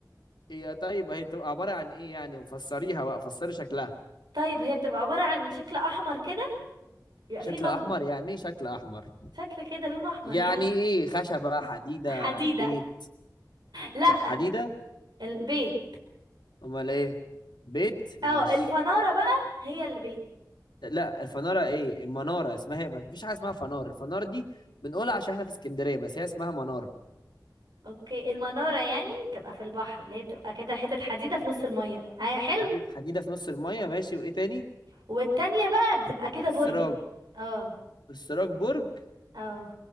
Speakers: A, on the left; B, on the right.
A: هي طيب هي بتبقى عبارة عن إيه يعني وفسريها بقى فسري شكلها
B: طيب هي بتبقى عبارة عن شكل احمر كده بيبقى
A: شكله
B: فيه لمبة
A: احمر يعني ايه شكله احمر
B: شكل كده لونه احمر
A: يعني
B: يعني
A: ايه خشبة حديدة
B: <laughs> حديدة
A: بيت
B: لا
A: حديدة
B: البيت
A: امال ايه بيت ماشي
B: اه الفنارة بقى هي البيت
A: لا الفنارة ايه المنارة اسمها ايه ما فيش حاجة اسمها فنار الفنار دي بنقولها عشان احنا في اسكندرية بس هي اسمها منارة
B: اوكي المنارة يعني بتبقى في البحر اللي هي بتبقى كده حتة حديدة في نص المية ها- حلو
A: حتة حديدة في نص المية ماشي وايه تاني
B: والتانية بقى بتبقى كده
A: السراج
B: برج كده. اه
A: السراج برج
B: اه